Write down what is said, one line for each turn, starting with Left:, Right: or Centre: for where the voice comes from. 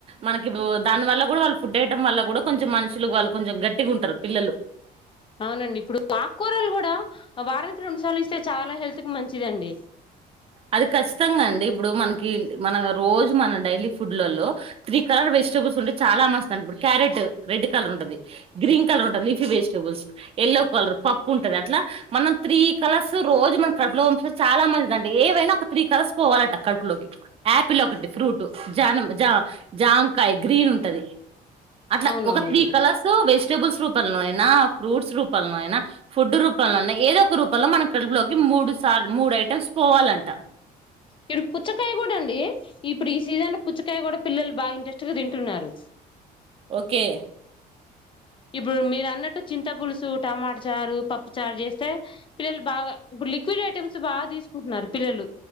Right: మనకి దాని వల్ల కూడా వాళ్ళు ఫుడ్ అయటం వల్ల కూడా కొంచెం మనుషులు వాళ్ళు కొంచెం గట్టిగా ఉంటారు పిల్లలు
Left: అవునండి ఇప్పుడు ఆకుకూరలు కూడా వారానికి రెండు సార్లు ఇస్తే చాలా హెల్త్ కి మంచిదండి
Right: అది ఖచ్చితంగా అండి ఇప్పుడు మనకి మన రోజు మన డైలీ ఫుడ్లలో త్రీ కలర్ వెజిటబుల్స్ంటే చాలా మంచిదండి ఇప్పుడు కారెట్ రెడ్ కలర్ ఉంటది గ్రీన్ కలర్ ఉంటంది లిఫీ వెజిటేబుల్స్ ఎల్లో కలర్ పప్పు ఉంటది అట్లా మనం త్రీ కలర్స్ రోజు మన కడుపులో పంపిస్తే చాలా మంచిది అండి ఏవైనా ఒక త్రీ కలర్స్ పోవాలట కడుపులోకి ఆపిల్ ఒకటి ఫ్రూట్ జాన జా జామకాయ గ్రీన్ ఉంటది అట్లా
Left: అవునవునండి
Right: ఒక త్రీ కలర్స్ వెజిటబుల్స్ రూపంలో అయినా ఫ్రూట్స్ రూపంలో అయినా ఫుడ్ రూపంలోన్నా ఏదో ఒక రూపంలో మన కడుపులోకి మూడు సార్ మూడు ఐటమ్స్ పోవాలంట
Left: ఇప్పుడు పుచ్చకాయ కూడా అండి ఇప్పుడు ఈ సీజన్ లో పుచ్చకాయ కూడా పిల్లలు బాగా ఇంట్రెస్ట్ గా తింటున్నారు
Right: ఓకే
Left: ఇప్పుడు మీరు అన్నట్టు చింత పులుసు టమాట చారు పప్పు చారు చేస్తే పిల్లలు బాగా ఇప్పుడు లిక్విడ్ ఐటమ్స్ బాగా తిసు కుంటున్నారు పిల్లలు